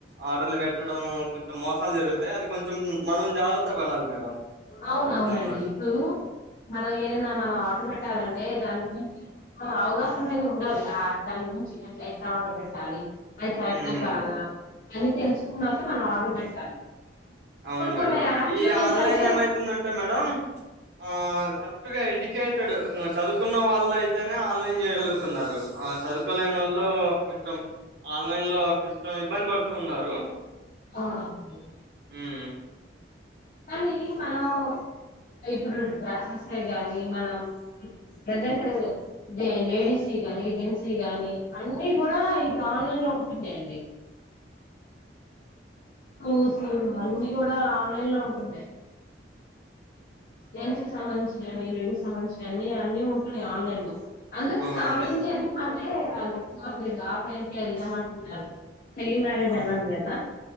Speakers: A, on the right; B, on the left.
A: ఆర్డర్లు పెట్ ఉ కొంచమో సాల్ జరుగుతయి అది కొంచం మనం జాగ్రత్త పడాలి మేడం
B: అవునవునండి.
A: దాని వరకు
B: ఇప్పుడు మనం ఏదైనా మనం ఆర్డర్ పెట్టాలని అంటె దాని గురించి కొంచము అవగాహననేది ఉండాలి దాని గురించి అట్లా ఎట్లా ఆర్డర్ పెట్టాలి అది కరెక్టా
A: మ్
B: కాదా అది తెలుసుకున్నాకె మనం ఆర్డర్ పెట్టాలి.
A: అవును
B: కొన్ని
A: మేడం
B: కొన్ని యాప్స్
A: ఈ
B: లో ఏంటంటే
A: ఆన్లైన్ ఏమైత్ తుందంటె మేడం ఆ కరెక్ట్ గా ఎడ్యుకేటెడ్ చదువుకున్న వాళ్ళు అయితేనే ఆన్లైన్ చేయగలుగుతున్నారు. ఆ చదువుకోలేనోళ్ళు కొంచెం ఆల్ లైన్ లొ కొంచెం ఇబ్బంది పడుత్ తు ఉన్నారు.
B: ఆమ్ య
A: ఊ
B: కానీ మనం ఇప్ ప్పుడు డ్రెస్సెస్ అయి గాని మనం ప్రజెంట్ జే లేడీస్వి కానీ జెంట్స్వి కానీ అన్నీ కూడా ఇప్పుడు ఆన్లైన్లో ఉంటున్నయండి. పూసులు అన్ని కూడా ఆన్లైన్ లో ఉంటుండయి. జెంట్స్ కి సంబంధించినవి లేడీస్ సంబంధించిన అన్ని అన్ని ఉంటున్నాయి ఇగ ఆన్లైన్ లో అందరికీ
A: అవునండి
B: ఆన్లైన్ చేద్దామని అంటే వాళ్ళు మాకు లేదింగా ఆఫ్లైన్ కె ఎళ్దాం అంటుంటారు చెల్లి మ్యారేజ్
A: ఆహా
B: అన్నాన్ కదా!